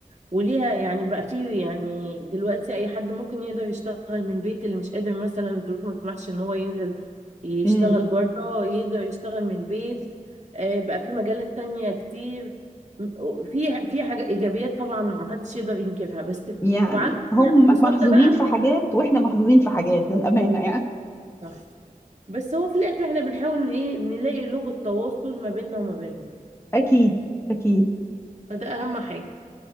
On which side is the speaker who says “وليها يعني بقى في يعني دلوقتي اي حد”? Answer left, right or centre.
Right